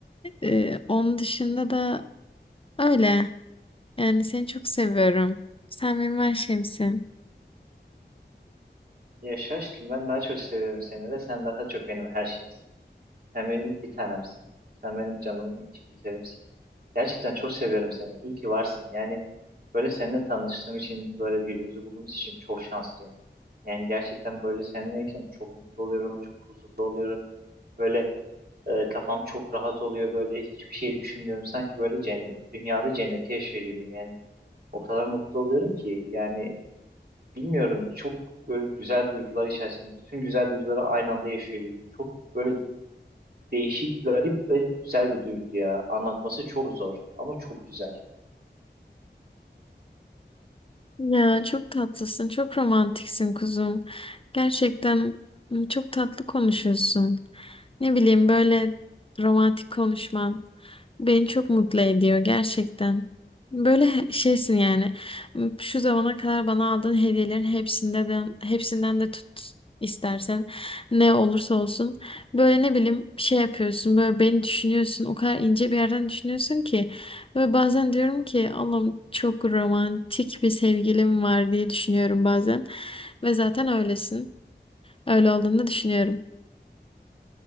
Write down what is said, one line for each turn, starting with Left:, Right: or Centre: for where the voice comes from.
Left: E, onun dışında da öyle. Yani seni çok seviyorum. Sen benim her şeyimsin.
Right: Ya şaşkın ben daha çok seviyorum seni de sen daha çok benim her şeyimsin. Sen benim bir tanemsin. Sen benim canımın içi güzelimsin. Gerçekten çok seviyorum seni. İyi ki varsın. Yani böyle seninle tanıştığım için böyle birbirimizi bulduğumuz için çok şanslıyım. Yani gerçekten böyle seninleyken çok mutlu oluyorum, çok huzurlu oluyorum. Böyle e, kafam çok rahat oluyor böyle hiçbir şey düşünmüyorum. Sanki böyle cennet, dünyada cenneti yaşıyor gibiyim yani. O kadar mutlu oluyorum ki yani bilmiyorum çok böyle güzel duygular içerisinde bütün güzel duyguları aynı anda yaşıyor gibiyim. Çok böyle değişik, garip ve güzel bir duygu ya. Anlatması çok zor ama çok güzel.
Left: Ya çok tatlısın, çok romantiksin kuzum. Gerçekten m, çok tatlı konuşuyorsun. Ne bileyim böyle romantik konuşman. Beni çok mutlu ediyor gerçekten. Böyle he- şeysin yani. M- Şu zamana kadar bana aldığın hediyelerin hepsinde de hepsinden de tut istersen ne olursa olsun böyle ne bileyim şey yapıyorsun böyle beni düşünüyorsun o kadar ince bir yerden düşünüyorsun ki böyle bazen diyorum ki Allah'ım çok romantik bir sevgilim var diye düşünüyorum bazen ve zaten öylesin öyle olduğunu düşünüyorum.